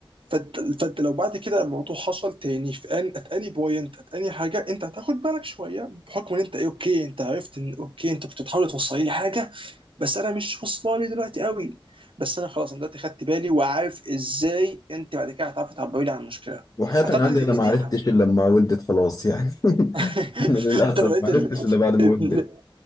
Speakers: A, on the right; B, on the left.
A: فانت فانت لو بعد كده الموضوع حصل تاني في ان ات اني بوينت ات اني حاجه انت هتاخد بالك شويه بحكم ان انت ايه اوكي انت عرفت ان اوكي انت كنت بتحاول توصل لي حاجه بس انا مش واصله لي دلوقتي قوي بس انا خلاص انا دلوقتي خدت بالي وعارف ازاي انت بعد كده هتعرفي تعبري لي عن المشكله
B: وحياتك
A: اعتقد
B: عندي
A: ان
B: انا ما
A: دي
B: عرفتش
A: حق
B: الا لما ولدت خلاص يعني
A: <laughs>
B: <laughs> انا للاسف
A: انت لو لقيت
B: ما عرفتش
A: ال...
B: الا بعد ما
A: ال-
B: ولدت